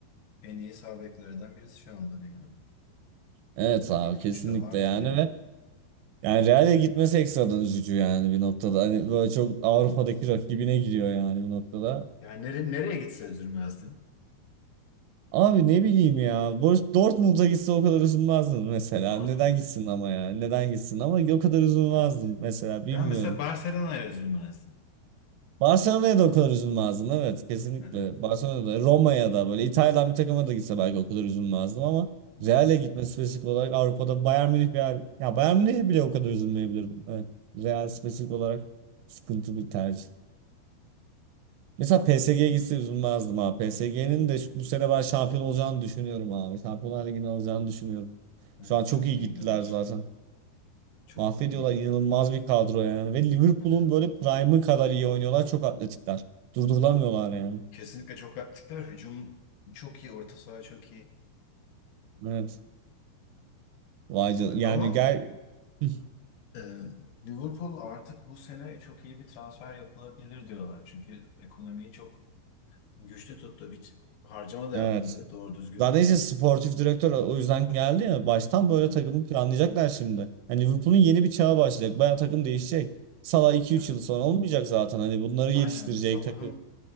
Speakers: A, on the left; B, on the right.
A: en iyi sağ beklerden birisi şu anda dünyada.
B: Evet abi
A: İlk
B: kesinlikle
A: üçte vardır
B: yani
A: yani.
B: ve yani Real'e gitmesi ekstradan üzücü yani bir noktada. Hani böyle çok Avrupa'daki
A: Evet.
B: rakibine gidiyor yani bir noktada.
A: Yani nereye, nereye gitse üzülmezdim.
B: Abi ne bileyim ya Borus- Dortmund'a gitse o kadar üzülmezdim mesela.
A: Dortmund.
B: Neden gitsin ama ya? Neden gitsin ama o kadar üzülmezdim
A: Evet.
B: mesela bilmiyorum.
A: Ben mesela Barcelona'ya üzülmezdim.
B: Barcelona'ya da o kadar üzülmezdim evet kesinlikle.
A: Evet.
B: Barcelona'da Roma'ya da böyle İtalya'dan bir takıma da gitse belki o kadar üzülmezdim ama
A: Hı,
B: Real'e gitmesi spesifik olarak Avrupa'da Bayern Münih veya ya Bayern Münih'e bile o kadar üzülmeyebilirdim. Evet. Real spesifik olarak sıkıntı bir tercih. Mesela PSG'ye
A: hı,
B: gitse üzülmezdim ha. PSG'nin
A: hı.
B: de şu- bu sene ben şampiyon olacağını düşünüyorum abi. Şampiyonlar Ligi'ni alacağını düşünüyorum.
A: Evet,
B: Şu an çok
A: çok
B: iyi
A: iyi
B: gittiler
A: gidiyorlar.
B: zaten.
A: Çok
B: Mahvediyorlar
A: iyi.
B: inanılmaz bir kadro yani. Ve Liverpool'un
A: Evet.
B: böyle prime'ı kadar iyi oynuyorlar. Çok atletikler. Durdurulamıyorlar yani.
A: Kesinlikle çok aktifler. Hücum çok iyi. Orta saha çok iyi.
B: Evet. Vay
A: Evet.
B: can- Yani
A: Ama
B: gel <laughs>
A: Ee, Liverpool artık bu sene çok iyi bir transfer yapılabilir diyorlar. Çünkü ekonomiyi çok güçlü tuttu. Hiç harcama da
B: evet.
A: yapmadı doğru düzgün.
B: Zaten işte sportif direktör o yüzden geldi ya. Baştan
A: Hmm,
B: böyle takımı planlayacaklar şimdi. Hani Liverpool'un yeni bir çağı başlayacak. Bayağı takım değişecek. Salah iki
A: Evet.
B: üç yıl sonra olmayacak zaten. Hani bunları yetiştirecek
A: Aynen bir Salah'ın
B: takım.